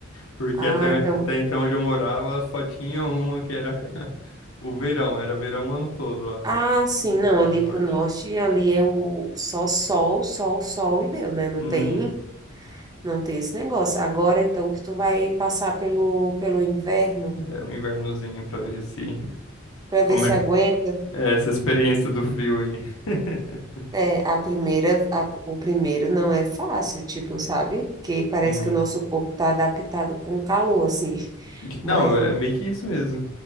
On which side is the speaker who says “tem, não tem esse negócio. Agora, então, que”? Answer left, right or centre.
Right